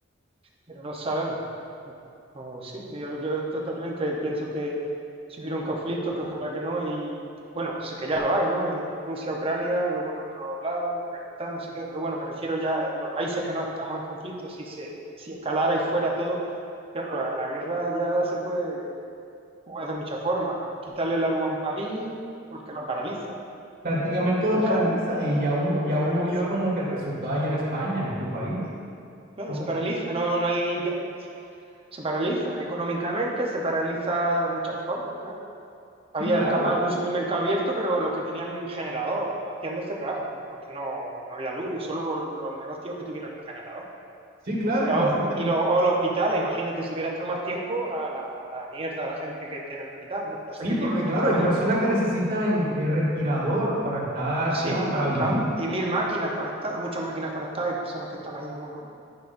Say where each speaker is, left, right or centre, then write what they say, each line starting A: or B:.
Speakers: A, on the right (about 30°); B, on the right (about 45°).
A: pero no sabemos. Bueno, no, sí, yo, yo totalmente pienso que si hubiera un conflicto, que ojalá que no, y bueno, sí que ya lo hay, ¿no? En Rusia, Ucrania, luego en otros lados, Afganistán, no sé qué, pero bueno, me refiero ya en los países que no estamos en conflicto, si se, si escalara y fuera todo, claro, la, la guerra ya se puede jugar de muchas formas, quitarle la luz a un país porque lo paraliza,
B: Prácticamente lo
A: por
B: paraliza
A: ejemplo,
B: y ya, un,
A: lo
B: ya uno
A: paraliza.
B: vio como que el resultado allá en España, en tu país.
A: Claro,
B: Como
A: se
B: que,
A: paraliza, no, no hay, ya- se paraliza económicamente, se paraliza de muchas formas, claro. Había
B: sí, claro,
A: capaz algún supermercado abierto, pero los que tenían generador, las tiendas cerraron, porque no, no había luz, solo lo- los, negocios que tuvieran un generador.
B: sí, claro,
A: Cuidado,
B: y básicamente,
A: y los, o los hospitales, imagínate si hubiera estado más tiempo a la, a la mierda, a la gente que esté en el hospital. Lo que pasa
B: sí,
A: es que
B: porque
A: tienen,
B: claro,
A: tenían
B: hay personas
A: un generador.
B: que necesitan eh, respirador para estar,
A: Sí,
B: digamos, para vivir.
A: claro, y mil máquinas conectadas, muchas máquinas conectadas y personas que están ahí muy mal.